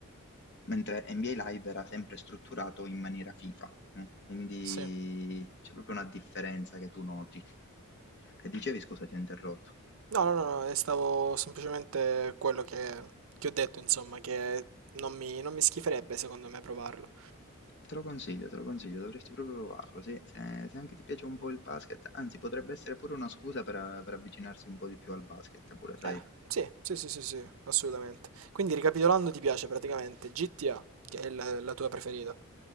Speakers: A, on the left (about 50°); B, on the right (about 65°).
A: Mentre NBA Live era sempre strutturato in maniera FIFA, mh, quindi
B: sì.
A: c'è proprio una differenza che tu noti. E dicevi scusa, ti ho interrotto.
B: No, no, no, no, eh, stavo semplicemente quello che, che ho detto, insomma, che non mi, non mi schiferebbe secondo me provarlo.
A: Te lo consiglio, te lo consiglio, dovresti proprio provarlo, sì, se se anche ti piace un po' il basket, anzi potrebbe essere pure una scusa per per avvicinarsi un po' di più al basket pure, sai?
B: Eh, sì, sì, sì, sì, sì, assolutamente. Quindi ricapitolando, ti piace praticamente GTA, che è la, la tua preferita.